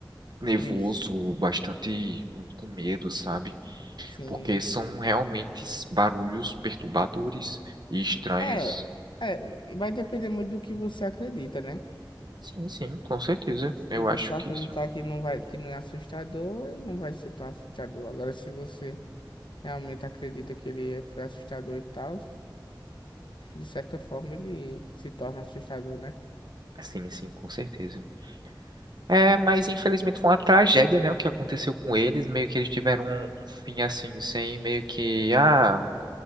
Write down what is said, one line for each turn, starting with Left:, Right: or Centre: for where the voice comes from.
Right: nervoso,
Left: Triste.
Right: bastante com medo, sabe?
Left: Sim.
Right: Porque são realmente barulhos perturbadores e estranhos.
Left: É, é, vai depender muito do que você acredita, né?
Right: Sim, sim, com certeza. Eu
Left: Se você
Right: acho
Left: acreditar
Right: que sim.
Left: que não vai, que não é assustador, ele não vai ser tão assustador. Agora, se você realmente acredita que ele é- foi assustador e tal, acho que de certa forma ele se torna assustador, né?
Right: Sim, sim, com certeza. É, mas infelizmente foi uma tragédia, né? O que aconteceu com eles, meio que eles tiveram um, um fim assim, sem meio que, ah,